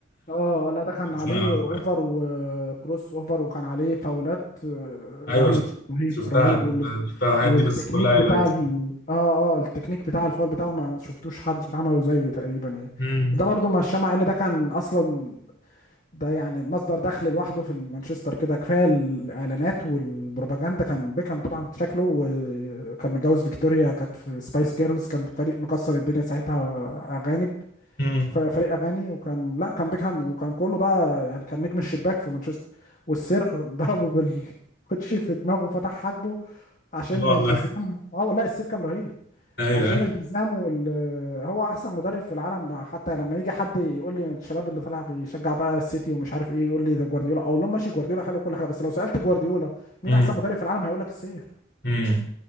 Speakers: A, on the left; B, on the left.
A: اه لا ده كان
B: <laughs> بس
A: عليه
B: انا عارفه
A: اوفر
B: يعني
A: وكروس اوفر وكان عليه فاولات آه،
B: ايوه
A: رهيب
B: شفت
A: رهيب
B: شفتها
A: رهيب وال...
B: شفتها الحاجات
A: والتكنيك
B: دي بس كلها هايلايت
A: بتاع ال... اه اه التكنيك بتاع الفاول بتاعه ما شفتوش حد عمله زيه تقريبا يعني
B: امم
A: ده برضو مش مع ان ده كان اصلا ده يعني مصدر دخل لوحده في مانشستر كده كفايه الاعلانات والبروباجندا كان بيكهام طبعا شكله وكان متجوز فيكتوريا كانت في سبايس جيرلز كان فريق مكسر الدنيا ساعتها اغاني
B: امم
A: في فريق اغاني وكان لا كان بيكهام وكان كله بقى يعني كان نجم الشباك في مانشستر والسير <laughs> ضربه بالكوتشي في دماغه وفتح حاجبه عشان
B: لا والله
A: التزام اه لا السير كان رهيب
B: ايوه
A: عشان التزامه ال- هو احسن مدرب في العالم حتى لما يجي حد يقول لي من الشباب اللي طالع بيشجع بقى السيتي ومش عارف ايه يقول لي ده جوارديولا اقول لهم ماشي جوارديولا حلو كل حاجه بس لو سالت جوارديولا مين
B: مم.
A: احسن مدرب في العالم هيقول لك السير
B: مم.